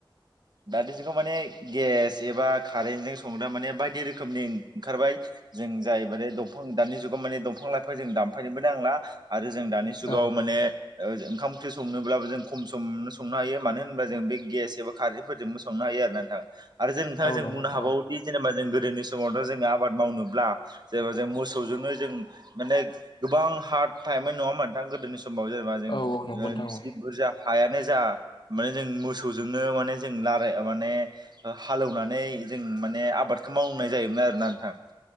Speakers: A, on the right (about 55°); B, on the left (about 70°).
A: दानि जुगाखौ माने गेस एबा कारेन्टजों संग्रा माने बायदि रोखोमनि। ओंखारबाय जों जाय माने दंफां दानि जुगाव माने दंफां लाइफां जों दानफायनोबो नांला। आरो जों दानि
B: औ
A: जुगाव माने ओ ओंखाम ओंख्रि संनोब्लाबो जों खम समनो संनो हायो मानो होनबा जों बे गेस एबा खारैफोरजोंबो संनो हा यो आरोना नोंथां आरो जों नोंथाङा
B: औ
A: जों
B: नंगौ
A: बुंनो
B: नोंथां
A: हाबावोदि
B: औ
A: जेनेबाों गोदोनि समावथ जों जों आबाद मावनोब्ला जेनबा जों मोसौजोंनो जों माने गोबां हार्ड थायोमोन नङा <unintelligible> गोदोनि‌‌ समाव जों बिसि
B: औ औ नंगौ नोंथां औ
A: बुरजा हायानो जा माने जों मोसौजोंनो माने जों लाराय माने हालेवनानै। जों माने आबादखौ मावनाय जायोन आरोना नोंथां